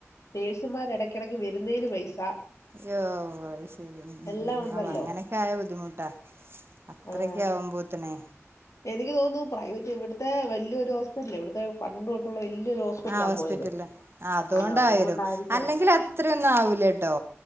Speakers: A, on the left; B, on the right.
A: നേഴ്സുമാരെടക്കെടക്ക് വരുന്നേയ്ന് പൈ ച
B: യോ അയ്ശെരി ഉം ഉം
A: എല്ലാം
B: ഉം
A: ഉണ്ടല്ലോ
B: ഔ അങ്ങനെ ആയ ബുദ്ധിമുട്ടാ അത്രെക്കെ
A: ആഹ്
B: ആവുമ്പോത്തിനെ
A: എനിക്ക് തോന്നുന്നു പ്രൈവററ്റ് ഇവിട്ത്തെ വല്ല്യ ഒരു ഹോസ്പിറ്റൽ ഇവിടുത്തെ പണ്ട് തൊട്ടുള്ള വലിയൊരു ഹോസ്പിറ്റലാ
B: ആ ഹോസ്പിറ്റല്
A: പോയത്
B: ആ അതുകൊണ്ടായരും
A: ആഹ് അതുകൊണ്ടായിരിക്കണം
B: അല്ലെങ്കില് അത്രൊന്നും ആവൂല ട്ടോ